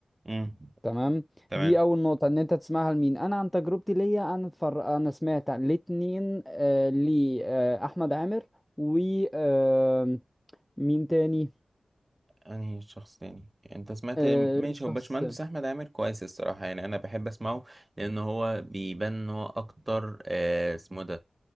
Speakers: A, on the right; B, in the centre.
A: امم
B: تمام
A: تمام
B: دي اول نقطة ان انت تسمعها لمين انا عن تجربتي ليا انا اتفر... انا سمعت الاتنين آه، لي آه، احمد عامر و آه، مين تاني
A: انهي شخص تاني يعني انت سمعت
B: آه،
A: ماشي
B: شخص
A: هو باشمهندس احمد عامر كويس الصراحه يعني انا بحب اسمعه لان هو بيبان ان هو اكتر آه اسمه ده